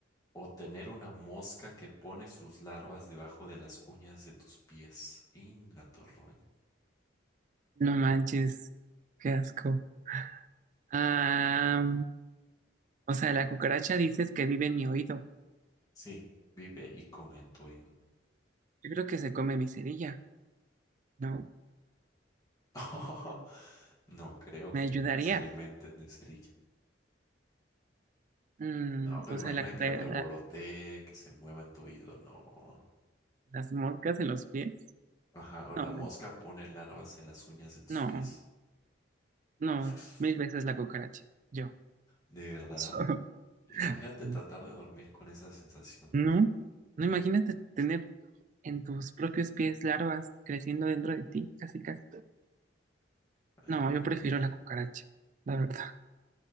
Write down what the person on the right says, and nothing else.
No manches, qué asco. Ah, o sea, la cucaracha dices que vive en mi oído.
Yo creo que se come mi cerilla, ¿no?
¿Me
ayudarías?
Mm,
o
sea, la, cuca-
la-
las moscas en los pies.
No manches.
No,
no,
mil veces la cucaracha. Yo. <laughs>
So-
sí.
No, no imagínate tener en tus propios pies larvas creciendo dentro de ti, casi casi.
No,
yo
prefiero
la cucaracha, la verdad,